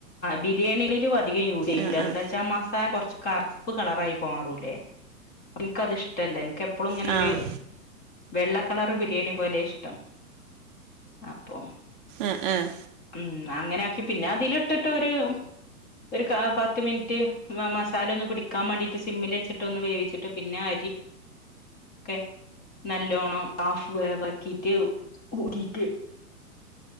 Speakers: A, on the left; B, on the right.
A: ബിരിയാണിയിലും അധികം യൂസ് ചെയ്യൂല
B: ആഹ്
A: എന്താ വെച്ചാൽ മസാല കുറച്ചു കറുപ്പ് കളറായി മാറൂലേ എനിക്കത് ഇഷ്ടല്ല എനിക്ക് െപ്പോളും ഇങ്ങനെ
B: ആഹ് ആഹ്
A: ഒരു വെള്ള കള- ബിരിയാണി പോലെ ഇഷ്ടം അപ്പൊ-
B: ആഏ ആഏ
A: ഉം അങ്ങനെ ആക്കി പിന്നെ അതില ഇട്ടിട്ടൊരു ഒരു പത്ത് മിനിറ്റ് മസാല ഒന്ന് പിടിക്കാൻ വേണ്ടിട്ട് സിമ്മിൽ വെച്ചിട്ട് ഒന്ന് വേവിച്ചിട്ട് പിന്നെ ആ.. <unintelligible> നല്ലോണം പോ ബാക്കിട്ട ഉടിട്ട